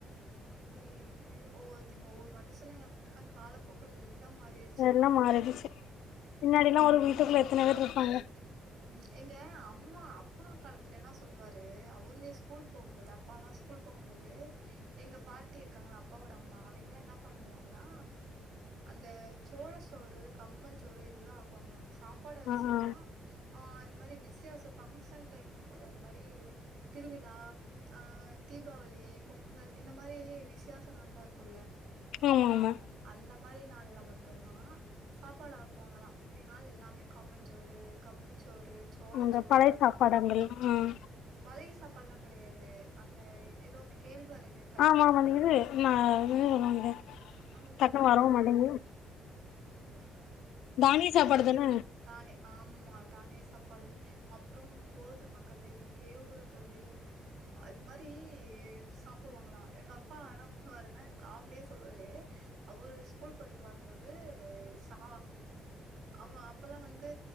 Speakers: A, on the right; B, on the left.
A: எப்டியொ ஒவ்வொருத்திங் ஒவ்வொரு மனுசனுங்க அததல கால இப்பல்லா மாறிரு
B: எல்லா மாறிடுச்சு முன்னாடில்லா ஒரு வீட்டுக்குள்ள எத்தின பேர் ருப்பாங்க
A: ம் எங்க அம்மா அப்பா காலத்துல என்னா சொல்வாரு அவங்க ஸ்கூல் போகும்போது அப்பா ல்லா ஸ்கூல் போகும்போது எங்க பாட்டி இருக்காங்கள அப்பாவோட அம்மா அவிங்களா என்ன பண்ணுவாங்கன்னா அந்த சோளச்சோறு கம்மஞ் சோறு இதுதா ஆக்குவாங்களா சாப்பாடு அரிசின்னா
B: ஆமா
A: ஆ இந்த மாரி விஷ்யாச பங்க்ஷன் டைம் இருக்குல்ல இந்த மாரி திருவிழா ஆ தீபாவளி பொங்கல் இந்த மாரி விஷ்யாச நாள்லா இருக்குல்ல
B: ம் ஆமா
A: அந்த மாரி நாள்ல மட்டுந்தா சாப்பாடு ஆக்குவாங்களா மீதி நாள் எல்லாமே கம்மஞ்சோறு கம்புச்சோறு சோளச்சோறு
B: இந்த பழைய சாப்பாடுங்க நல்லா உம்
A: பழைய சாப்ட்லா கெடையாது அந்த ஏதோ அந்த கேள்வரகு
B: ஆமாமாங்குது இது நா என் இது சொல்லுவாங்கலே
A: அ
B: டக்குன்னு வரவும் மாட்டேங்குது
A: ஆ
B: தானிய சாப்பாடுதானே
A: கால்லே ஆமா தானிய சாப்பாடு அப்புறம் கோதுமைக்களி கேவுரு களி அது மாரி சாப்பிடுவாங்களா எங்க அப்பா என்ன பண்ணுவாருன்னா காமெடியா சொல்லுவாரு அவரு ஸ்கூல் போய்ட்டு வரும்போது சா அவு அப்பல்லாம் வந்து